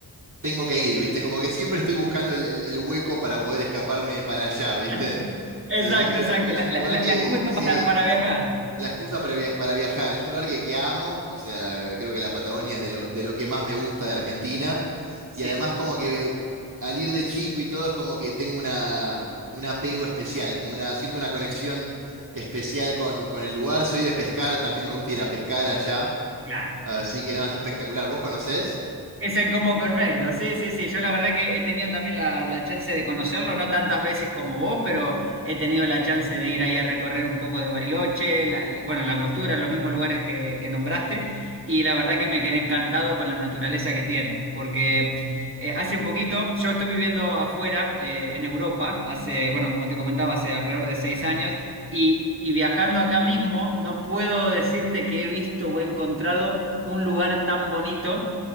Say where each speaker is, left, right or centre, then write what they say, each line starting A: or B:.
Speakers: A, on the right; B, on the right.
A: tengo que ir, ¿viste? Como que siempre estoy buscando el, el- el hueco para poder escaparme para allá, ¿viste?
B: <laughs> Exacto,
A: Eh, es, que-
B: exacto.
A: es
B: La,
A: un
B: la-
A: lugar
B: la-
A: que,
B: la excusa
A: sí.
B: para, para viajar.
A: la excusa para, via- para viajar. Es un lugar que, que amo, o sea, creo que la Patagonia es de lo, de lo que más me gusta de Argentina.
B: Sí,
A: Y además como que al ir de chico y todo es como que tengo una, un apego especial, como una, siento una conexión especial con, con el lugar. Soy de pescar, también me gusta ir a pescar allá.
B: claro.
A: Así que no, es espectacular. ¿Vos conocés?
B: Es el combo perfecto, sí, sí, sí. Yo la verdad que he tenido también la, la chance de conocerlo, no tantas veces como vos, pero he tenido la chance de ir ahí a recorrer un poco de Bariloche, la- la- bueno, la Angostura, los mismos lugares que, que nombraste, y la verdad que me quedé encantado con la naturaleza que tiene, porque eh, hace poquito, yo estoy viviendo afuera, eh, en Europa, hace, bueno, como te comentaba, hace alrededor de seis años, y, y viajando acá mismo, no puedo decirte que he visto o he encontrado un lugar tan bonito